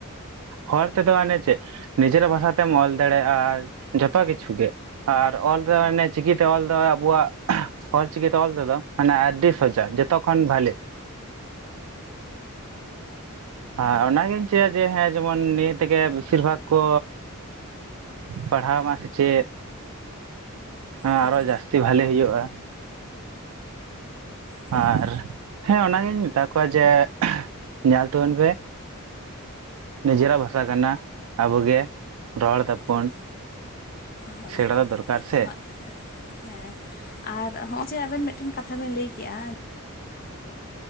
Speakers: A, on the right; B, on the left.
A: ᱦᱚᱲ ᱛᱮᱫᱚ ᱟᱱᱮ ᱪᱮᱫ ᱱᱤᱡᱮᱨᱟᱜ ᱵᱷᱟᱥᱟ ᱛᱮᱢ ᱚᱞ ᱫᱟᱲᱮᱭᱟᱜᱼᱟ ᱡᱷᱚᱛᱚ ᱠᱤᱪᱷᱩ ᱜᱮ᱾ ᱟᱨ ᱚᱞ ᱫᱚ ᱢᱟᱱᱮ ᱪᱤᱠᱤ ᱛᱮ ᱚᱞ ᱫᱚ ᱟᱵᱚᱣᱟᱜ ᱚᱞᱪᱤᱠᱤ ᱛᱮ ᱚᱞ ᱛᱮᱫᱚ ᱢᱟᱱᱮ ᱟᱹᱰᱤ ᱥᱚᱡᱟ ᱡᱷᱚᱛᱚ ᱠᱷᱚᱱ ᱵᱷᱟᱞᱮ᱾ ᱟᱨ ᱚᱱᱟᱜᱤᱧ ᱪᱟᱹᱭᱟ ᱡᱮ ᱦᱮᱸ ᱡᱮᱢᱚᱱ ᱱᱤᱭᱟᱹ ᱛᱮᱜᱮ ᱵᱮᱥᱤᱨ ᱵᱷᱟᱜᱽ ᱠᱚ ᱯᱟᱲᱦᱟᱣ ᱢᱟ ᱥᱮᱪᱮᱫ
B: ᱦᱩᱸ
A: ᱟᱨ ᱦᱚᱸ ᱡᱟᱹᱥᱛᱤ ᱵᱷᱟᱞᱮ ᱦᱩᱭᱩᱜᱼᱟ᱾
B: ᱦᱩᱸ
A: ᱟᱨ ᱦᱮᱸ ᱚᱱᱟᱜᱤᱧ ᱢᱮᱛᱟ ᱠᱚᱣᱟ ᱡᱮ ᱧᱮᱞ ᱛᱟᱵᱚᱱ ᱯᱮ ᱱᱤᱡᱮᱨᱟᱜ ᱵᱷᱟᱥᱟ ᱠᱟᱱᱟ ᱟᱵᱚᱜᱮ ᱨᱚᱲ ᱛᱟᱵᱚ
B: ᱦᱳᱭ
A: ᱯᱚᱱ
B: ᱦᱳᱭ
A: ᱥᱮᱬᱟ
B: ᱦᱳᱭ
A: ᱫᱚ ᱫᱚᱨᱠᱟᱨ ᱥᱮ᱾
B: ᱦᱳᱭ ᱦᱮᱸ ᱟᱨ ᱦᱚᱸᱜᱼᱚᱭ ᱡᱮ ᱟᱵᱮᱱ ᱢᱤᱫᱴᱮᱱ ᱠᱟᱛᱷᱟ ᱵᱮᱱ ᱞᱟᱹᱭ ᱠᱮᱫᱼᱟ